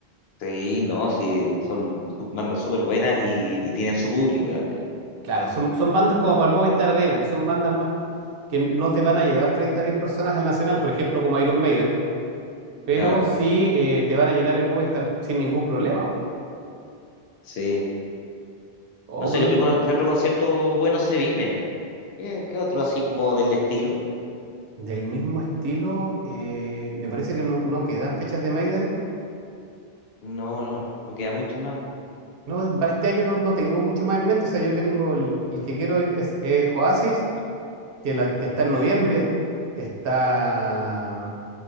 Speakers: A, on the left; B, on the right.
A: sí, no, sí, son su- bandas súper buenas y, y tienen su público también.
B: Claro, son, son bandas como para el Movistar Arena, que son bandas más que no te van a llevar 30.000 personas al Nacional, por ejemplo, como Iron Maiden, pero
A: Claro,
B: sí eh, te van a llenar el Movistar sin ningún problema. po.
A: sí.
B: O
A: No sé,
B: por
A: ¿qué
B: un-
A: otro, con- qué otro concierto bueno se viene? ¿Qué, qué otro así como del estilo?
B: del mismo estilo, eh, me parece que no, no quedan fechas de Maiden.
A: No, no, no, no queda mucho más.
B: No, es- para este año no, no tengo mucho más en mente. O sea, yo tengo el, el que quiero ir es eh, Oasis, que, la, que está en noviembre. Está